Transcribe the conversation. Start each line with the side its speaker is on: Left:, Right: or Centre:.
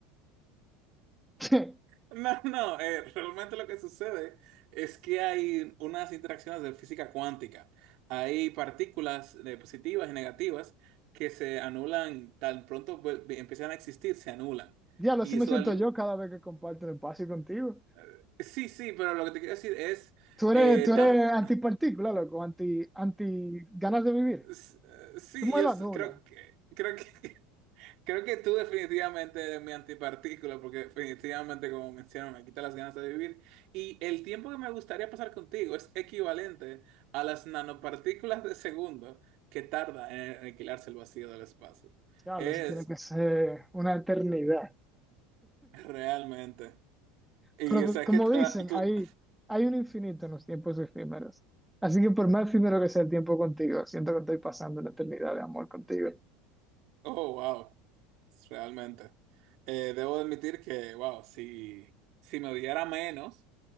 Centre: <laughs>
Right: No, no, eh, realmente lo que sucede es que hay unas interacciones de física cuántica. Hay partículas eh, positivas y negativas que se anulan tan pronto vuel- empiezan a existir, se anulan.
Centre: Diablo,
Right: Y
Centre: así me
Right: eso
Centre: siento
Right: da... lu-
Centre: yo cada vez que comparto el espacio contigo.
Right: eh, sí, sí, pero lo que te quiero decir es
Centre: Tú eres,
Right: eh,
Centre: tú eres
Right: tan...
Centre: antipartícula, loco, anti, anti ganas de vivir.
Right: s- eh, Sí,
Centre: Tú me
Right: yo
Centre: lo
Right: s-
Centre: anulas.
Right: creo que... Creo que <laughs> Creo que tú definitivamente eres mi antipartícula, porque definitivamente, como menciono, me quita las ganas de vivir. Y el tiempo que me gustaría pasar contigo es equivalente a las nanopartículas de segundo que tarda en aniquilarse el vacío del espacio.
Centre: Diablo,
Right: Es
Centre: eso tiene que ser una eternidad.
Right: realmente. Y
Centre: Pero
Right: o
Centre: que-
Right: sea,
Centre: como
Right: es que
Centre: dicen,
Right: eh, tú.
Centre: hay, hay un infinito en los tiempos efímeros. Así que por más efímero que sea el tiempo contigo, siento que estoy pasando la eternidad de amor contigo.
Right: Oh, wow. Realmente. Eh, debo admitir que, wow, si, si me odiara menos,